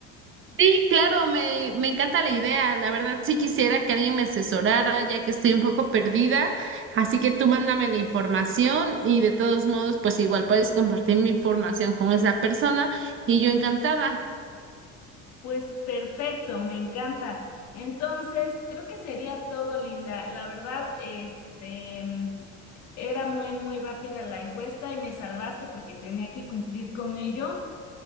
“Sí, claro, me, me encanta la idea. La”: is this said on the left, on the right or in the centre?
Right